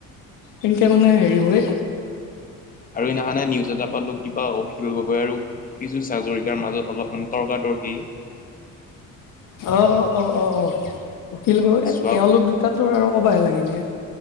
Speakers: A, on the left (about 70°); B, on the left (about 25°).
A: সেনেকৈ মানে হেৰি হৈ
B: আৰু সদিনাখে নিউজ এটা পালোঁ কিবা অখিল গগৈ আৰু পিছু হাজৰিকাৰ মাজত অলপমান তৰ্কাতৰ্কি
A: অঁ অঁ অঁ অঁ অঁ অখিল গগৈৰ এ
B: চোৱা
A: তেওঁলোক দুটা তোৰ আৰু ক'বই লাগে নে